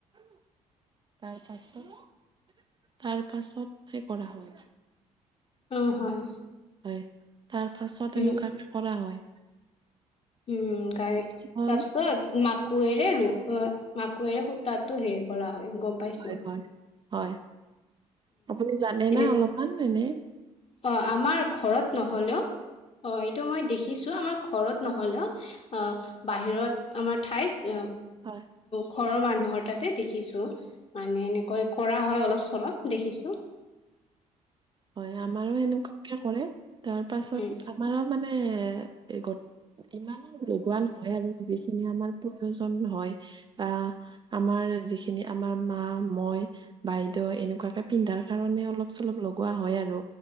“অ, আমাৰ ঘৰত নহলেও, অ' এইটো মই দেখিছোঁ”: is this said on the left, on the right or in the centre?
Left